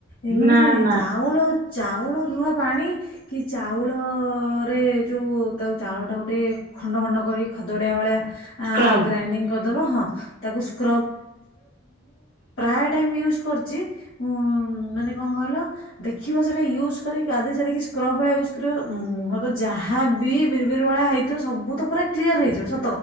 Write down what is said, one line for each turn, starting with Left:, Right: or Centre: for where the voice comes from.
Left: ଏମାନେ
Right: ନା ନା
Left: ଚାଉଳ। ଚାଉଳ ଧୁଆ ପାଣି କି ଚାଉଳ ରେ ଯଉ ତାକୁ ଚାଉଳଟା ଗୋଟେ ଖଣ୍ଡ ଖଣ୍ଡ କରି ଖଦଡ଼ିଆ ଭଳିଆ। ଆ
Right: ସ୍କ୍ରବ୍
Left: ଗ୍ରାଇଣ୍ଡିଙ୍ଗ କରିଦବ ହଁ ତାକୁ ସୁ <unintelligible> ମୁଁ ପ୍ରାୟ ଟାଇମ। ୟୁସ୍ କରିଛି ଉ ମାନେ କଣ କହିଲ ଦେଖିବ ସେଟା ୟୁସ୍ କରିକି ଗାଧେଇ ସାରିକି ସ୍କ୍ରବ୍ ଭଳିଆ ୟୁସ୍ କରିବ ଉ ମୁହଁ ତ ଯାହା। ବି ବିର୍ ବିରୁ ଭଳିଆ ହେଇଥିବ। ସବୁ ତ ପୁରା କ୍ଲିୟର ହେଇଯିବ ସ୍